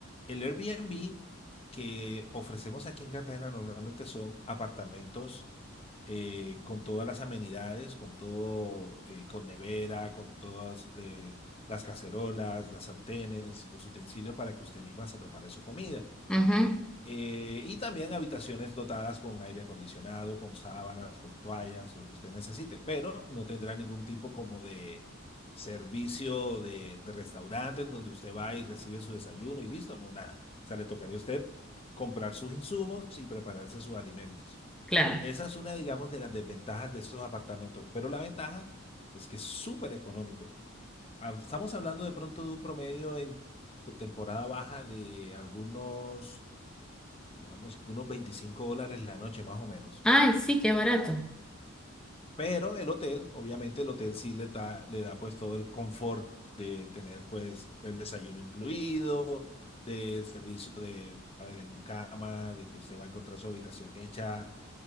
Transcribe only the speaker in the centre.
ujú,
claro.
Ay, sí, qué barato.